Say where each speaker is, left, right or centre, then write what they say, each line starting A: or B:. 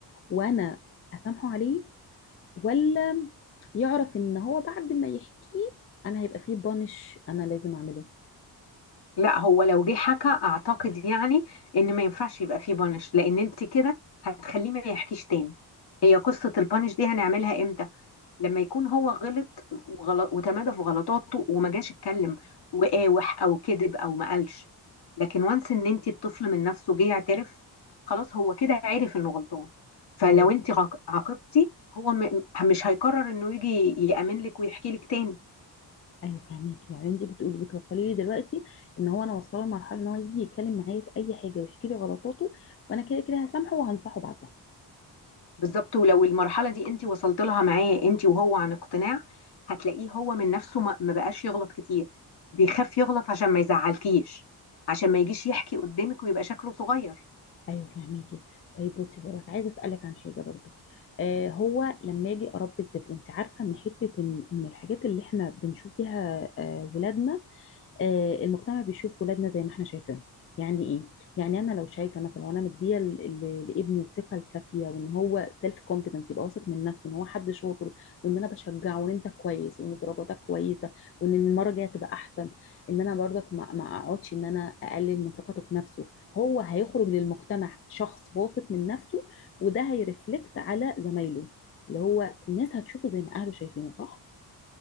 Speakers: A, on the left; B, on the left.
A: وانا اسامحه عليه ولا يعرف ان هو بعد ما يحكيه انا هيبقى فيه بانش انا لازم اعمله
B: لا هو لو جه حكى اعتقد يعني ان ما ينفعش يبقى فيه بانش لان انت كده هتخليه ما يحكيش تاني هي قصه البانش دي هنعملها امتى لما يكون هو غلط وغلط وتمادى في غلطاته وما جاش اتكلم وقاوح او كذب او ما قالش لكن وانس ان انت الطفل من نفسه جه يعترف خلاص هو كده عرف انه غلطان فلو
A: قولي
B: انت عاق- عاقبتي هو م- مش هيقرر انه يجي يأمن لك ويحكي لك تاني
A: ايوه فهميك يعني انت بتقولي بتوصلي لي دلوقتي ان هو انا وصله لمرحله ان هو يجي يتكلم معايا في اي حاجه ويحكي لي غلطاته وانا كده كده هسامحه وهنصحه بعدها
B: بالظبط ولو المرحلة دي انت وصلت لها معاه انت وهو عن اقتناع هتلاقيه هو من نفسه ما ما بقاش يغلط كتير بيخاف يغلط عشان ما يزعلكيش عشان ما يجيش يحكي قدامك ويبقى شكله صغير
A: ايوه فهميكي طيب بصي بقولك عايزه اسالك عن حاجه برضو آه هو لما اجي اربي الطفل انت عارفه ان حته ان ان الحاجات اللي احنا بنشوف بيها آه ولادنا آه، المجتمع بيشوف ولادنا زي ما احنا شايفينهم يعني ايه يعني انا لو شايفه مثلا وانا مديه ل- ل- لابني الثقه الكافيه وان هو سيلف كونفيدنس يبقى واثق من نفسه ان هو حد شاطر وان انا بشجعه وان انت كويس وان درجاتك كويسه وان المره الجايه تبقى احسن ان انا برضك ما ما اقعدش ان انا اقلل من ثقته في نفسه هو هيخرج للمجتمع شخص واثق من نفسه وده هيرفلكت على زمايله اللي هو الناس هتشوفه زي ما اهله شايفينه صح